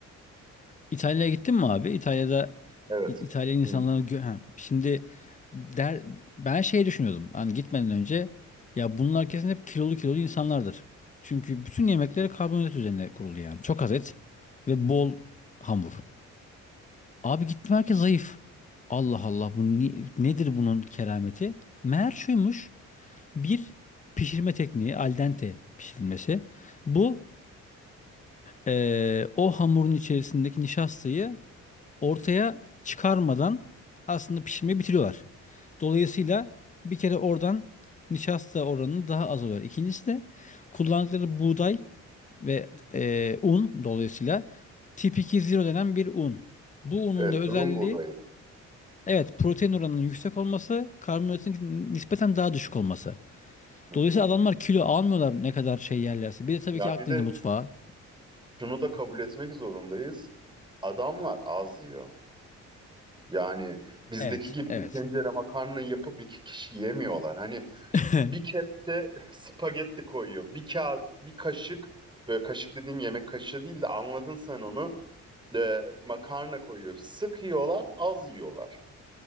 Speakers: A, on the left; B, on the right.
A: İtalya'ya gittin mi abi? İtalya'da
B: Evet.
A: İ- İtalyan insanları...
B: Hı.
A: gö- Ha, şimdi der... ben şey düşünüyordum. Hani gitmeden önce ya bunlar kesin hep kilolu kilolu insanlardır. Çünkü bütün yemekleri karbonhidrat üzerine kurulu yani. Çok az et ve bol hamur. Abi gittim herkes zayıf. Allah Allah bu ni- nedir bunun kerameti? Meğer şuymuş. Bir pişirme tekniği al dente pişirilmesi. Bu eee, o hamurun içerisindeki nişastayı ortaya çıkarmadan aslında pişirmeyi bitiriyorlar. Dolayısıyla bir kere oradan nişasta oranı daha az oluyor. İkincisi de kullandıkları buğday ve eee, un dolayısıyla tip 2.0 denen bir un. Bu unun
B: Evet,
A: da özelliği
B: durum buğdayı.
A: evet protein oranının yüksek olması, karbonhidratın nispeten daha düşük olması.
B: Hı
A: Dolayısıyla
B: hı.
A: adamlar kilo almıyorlar ne kadar şey yerlerse. Bir de tabii
B: Ya
A: ki Akdeniz
B: bir de
A: mutfağı.
B: şunu da kabul etmek zorundayız. Adamlar az yiyor. Yani bizdeki
A: Evet,
B: gibi
A: evet.
B: bir tencere makarna yapıp iki kişi yemiyorlar. Hani
A: <laughs>
B: bir kepçe spagetti koyuyor. Bir ka bir kaşık böyle kaşık dediğim yemek kaşığı değil de anladın sen onu. E, makarna koyuyor. Sık yiyorlar, az yiyorlar.